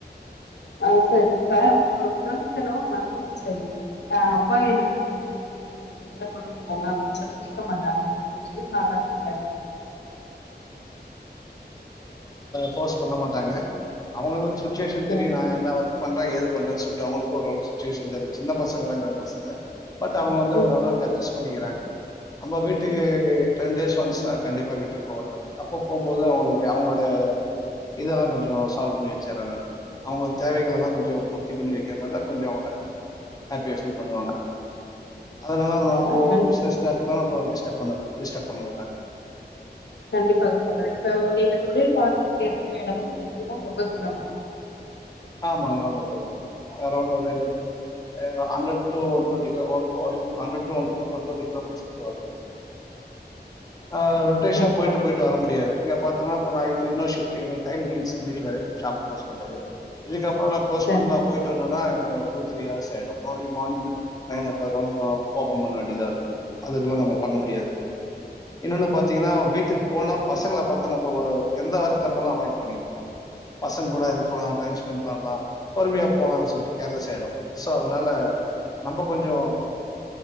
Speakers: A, on the left (about 85°); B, on the left (about 20°).
A: ஆஹ் சரி இப்ப உங்களோட குழந்தைகளும் மனைவியும் சரி அப்பா எனக்கு என்னைங்க இன்னைக்கு வெளியில போட்டிட்டு போங்க அப்படின்னு சொல்லி கேட்க மாட்டாங்கா இன்னைக்கு ஏன லீவ் நாளா இருக்குல்லயா
B: போர்ஸ் பண்ண மாட்டாங்க அவங்க வந்து சி சுச்சுவேஷன்
A: சரி
B: தெரியும் நா என்ன ஒர்க் பண்றேன் ஏது பண்றேன்னு சொல்லிட்டு அவங்களுக்கு ஓரளவு சுச்சுவேஷன் தெரியும் சின்ன பசங்க என்னோட பசங்க பட் அவங்க வந்து
A: ம்
B: ஓரளவுக்கு அட்ஜஸ்ட் பண்ணிக்கிறாங்க அம்ப வீட்டுக்கு டென் டேஸ் ஒன்ஸ் தான் கண்டிப்பா வீட்டுக்கு போவாங்க அப்ப போகும்போது அவங்களுக்கு அவங்களோட இதெல்லாம் கொஞ்சம் சால்வ்பண்ணி வச்சறேன் நா அவங்க தேவைகள் எல்லாம் கொஞ்சம் பூர்த்தி பண்ணி வைக்கிறனால கொஞ்சம் அவங்க ஹேப்பிய பீல் பண்ணுவாங்க அதனால நம்ம
A: ஆ கண்
B: பிசினஸ் நேரத்ள நம்ம டிஸ்டப் பண்ண டிஸ்டப் பண்ண மாட்டாங்க
A: கண்டிப்பாக தோழரே இப்போ நீங்க தொழில் பார்த்துகிட்டு இருக்கிற இடமும் உ க்கு வீடும் ரொம்ப தூரமா
B: ஆமாங்க ரொம்ப தூரங்க அரௌண்ட் ஒரு ஆ hundred two one twenty kilo one one hundred two one twenty kilo metres கிட்ட வருங்க ஆஹ் ரொட்டேஷனா
A: சரி
B: போயிட்டு
A: தோழர்
B: போயிட்டு வர முடியாது நீங்க பாத்தோன்னா இப்ப நைட் இன்னொரு ஷிப்ட் இவங்களுக்கு டைம் முடிஞ்சிருச்சி முடில ஷாப் க்ளோஸ் பண்றது இதுக்கப் இப்போ நா க்ளோஸ்
A: சரி
B: பன்ட்டு நா போயிட்டு வரேனானா எனக்கு டூ த்ரீ ஹார்ஸ் ஆயிடு மறுபடியு மார்னிங் நைன் ஓ கிளாக் ஆயிடு ஓபன் பண்ண வேண்டிதா இருக்கு அதுகெல்லா நம்ப பண்ண முடியாது இன்னொன்னு பாத்திங்கன்னா வீட்டுக்கு போன பசங்களை பாத்தா நம்ம எந்த ஒர்க்கா இருந்தாலு அவாய்ட் பண்ணிடுவோ பசங்க கூட இருக்கலா டைம் ஸ்பெண்ட் பண்லா பொறுமையா போலானு சொல்ட்டு கேர்லஸ் ஆயிடு சோ அதனால நம்ப கொஞ்ஜோ